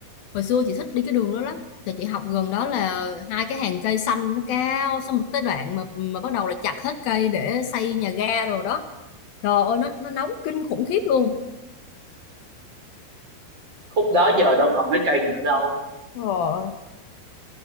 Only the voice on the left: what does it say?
hồi xưa chị thích đi cái đường đó lắm tại chị học gần đó là hai cái hàng cây xanh nó cao xong rồi tới đoạn mà mà bắt đầu là chặt hết cây để xây nhà ga rồi đó trời ơi nó nó nóng kinh khủng khiếp luôn
ờ